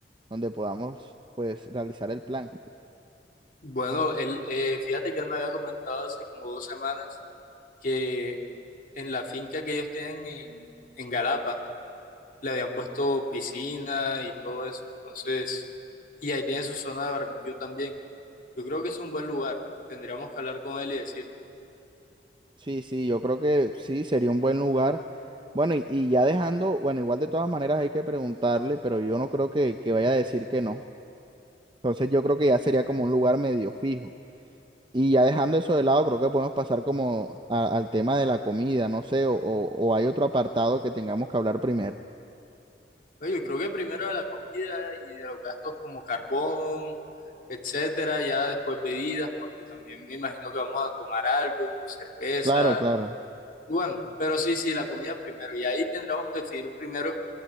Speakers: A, on the right; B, on the left.
A: donde podamos pues realizar el plan.
B: Bueno, él, eh, fíjate que él me había comentado hace como dos semanas que en la finca que ellos tienen en, en Galapa le habían puesto piscina y todo eso, entonces, y ahí tiene su zona de barbecue también. Yo creo que es un buen lugar, tendríamos que hablar con él y decirle.
A: Sí, sí, yo creo que sí, sería un buen lugar. Bueno, y, y ya dejando, bueno, igual de todas maneras hay que preguntarle, pero yo no creo que, que vaya a decir que no. Entonces yo creo que ya sería como un lugar medio fijo. Y ya dejando eso de lado, creo que podemos pasar como a- al tema de la comida, no sé, o, o- o hay otro apartado que tengamos que hablar primero.
B: Oye, Yo creo que primero de la comida y de los gastos como carbón etcétera. Ya después bebidas, porque también me imagino que vamos a tomar algo, cerveza.
A: Claro, claro,
B: Bueno, pero sí, sí, la comida primero. Y ahí tendremos que definir primero